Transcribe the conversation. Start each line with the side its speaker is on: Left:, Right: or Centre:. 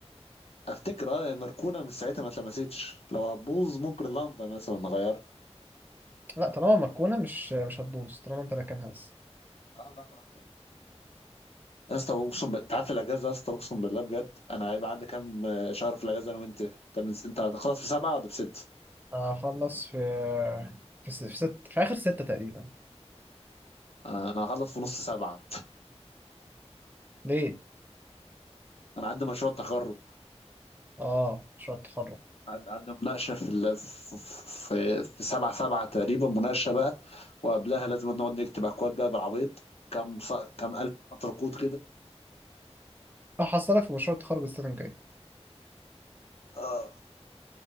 Left: افتكر اه مركونه من ساعتها ما اتلمستش لو هتبوظ ممكن لندا مثلا نغيرها
Right: لا طالما مركونه مش مش هتبوظ طالما انت راكنها بس
Left: اه لا خلاص يا اسطى اقسم بال- انت عارف الاجازه يا اسطى اقسم بالله بجد انا هيبقى عندي كام شهر في الاجازه انا وانت انت من... انت هتخلص في سبعه ولا في سته؟
Right: آه، هخلص في في س- في ست في اخر ستة تقريبا
Left: آه، انا هخلص في نص سبعه
Right: ليه
Left: <laughs> انا عندي مشروع تخرج
Right: اه مشروع التخرج
Left: عد- عدى مناقشه في ال... في في في سبعه سبعه تقريبا مناقشه بقى وقبلها لازم نقعد نكتب اكواد بقى بالعبيط كام ص... كام الف ركود
Right: هحصلك في مشروع التخرج السنة الجاية
Left: كده